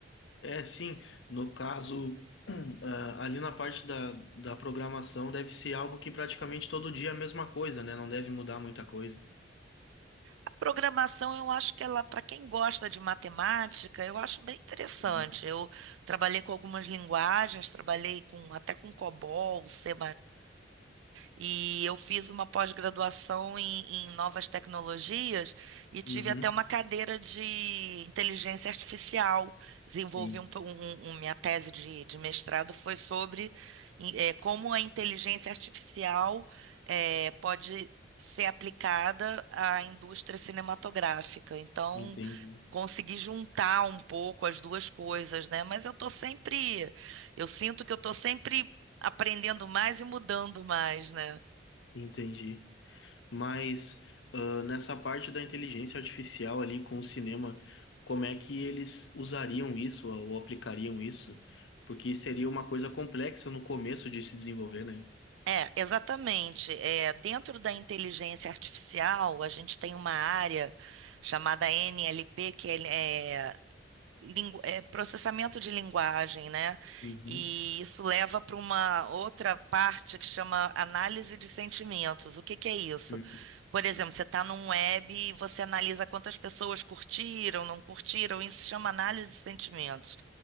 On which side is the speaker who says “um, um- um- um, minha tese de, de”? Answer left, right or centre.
Right